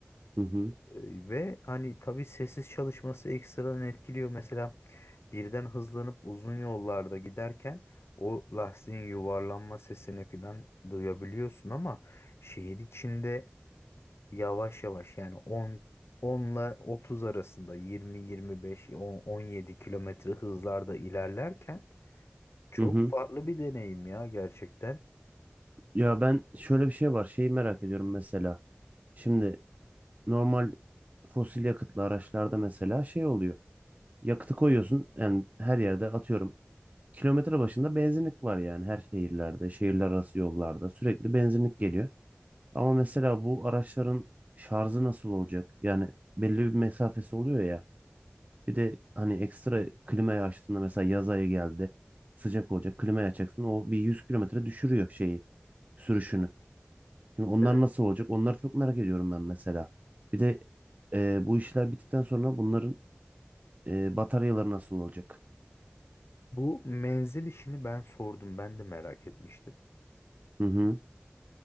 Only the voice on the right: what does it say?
Hı hı.
Hı hı.
Ya ben şöyle bir şey var. Şeyi merak ediyorum mesela. Şimdi normal fosil yakıtlı araçlarda mesela şey oluyor. Yakıtı koyuyorsun yani her yerde atıyorum. Kilometre başında benzinlik var yani her şehirlerde, şehirler arası yollarda sürekli benzinlik geliyor. Ama mesela bu araçların şarjı nasıl olacak? Yani belli bir mesafesi oluyor ya. Bir de hani ekstra klimayı açtığında mesela yaz ayı geldi, sıcak olacak. Klimayı açacaksın o bir 100 kilometre düşürüyor şeyi, sürüşünü. Şimdi onlar
nasıl olacak? Onları çok merak ediyorum ben mesela. Bir de e, bu işler bittikten sonra bunların e, bataryaları nasıl olacak?
Hı hı.